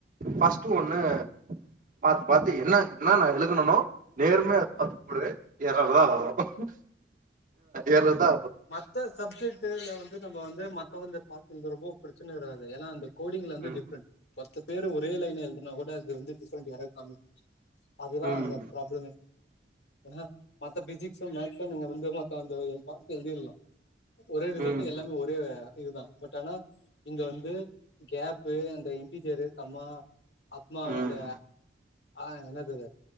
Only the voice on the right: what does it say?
பஸ்ட்டு ஒண்ணு பாத்து பாத்து என்ன என்னன்ன எழுதுனனோ நேர்மயா அப்போ
எறறுதா வரும் எறறுதா
ம்
ம்
ம் ம்
ம்